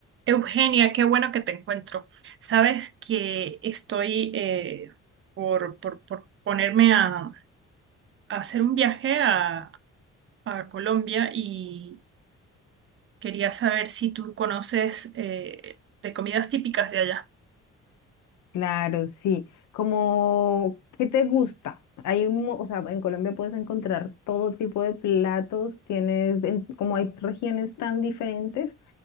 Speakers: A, on the right; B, on the left.
A: Eugenia, qué bueno que te encuentro. Sabes que estoy eh, por, por, por ponerme a, a hacer un viaje a, a Colombia y quería saber si tú conoces eh, de comidas típicas de allá.
B: Claro, sí. Como, ¿qué te gusta? Hay un, mo- o sea, en Colombia puedes encontrar todo tipo de platos, tienes, en- como hay regiones tan diferentes,